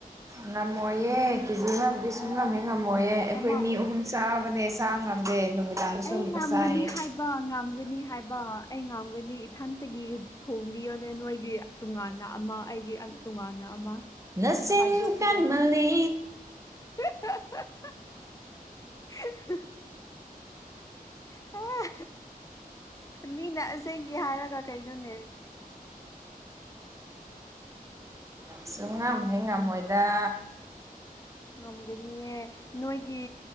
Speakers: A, on the right; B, on the left.
A: ꯉꯃꯣꯦ ꯀꯦꯖꯤ ꯑꯃꯕꯨꯗꯤ ꯁꯨꯡ
B: ꯑ
A: ꯉꯝꯃꯦ ꯉꯝꯃꯣꯏꯌꯦ ꯑꯩꯈꯣꯏ
B: ꯑꯃ
A: ꯃꯤ ꯑꯍꯨꯝ ꯆꯥꯕꯅꯦ ꯆꯥ ꯉꯝꯗꯦ ꯅꯨꯃꯤꯗꯥꯡꯗ ꯁ
B: ꯑꯩ
A: ꯑꯃꯨꯛꯀ ꯆꯥꯏꯌꯦ
B: ꯉꯝꯒꯅꯤ ꯍꯥꯏꯕ ꯉꯝꯒꯅꯤ ꯍꯥꯏꯕ ꯑꯩ ꯉꯥꯝꯒꯅꯤ ꯏꯊꯟꯇꯒꯤ ꯊꯣꯡꯕꯤꯌꯣꯅꯦ ꯅꯣꯏꯒꯤ ꯇꯣꯉꯥꯟꯅ ꯑꯃ ꯑꯩꯒꯤ ꯇꯣꯉꯥꯟꯅ ꯑꯃ
A: ꯅꯁꯤꯤꯡ
B: ꯈꯥꯏꯗꯣꯛꯄꯤꯌꯣꯅꯦ
A: ꯀꯟꯃꯅꯤ
B: <inaudible> <unintelligible> ꯑꯣ ꯃꯤꯗꯥ ꯇꯁꯦꯡꯒꯤꯦ ꯍꯥꯏꯔꯒ ꯀꯩꯗꯧꯅꯦ
A: ꯁꯨꯡꯉꯝ ꯍꯦꯉꯝꯃꯣꯏꯗ
B: ꯉꯝꯒꯅꯤꯑ ꯅꯣꯏꯒꯤ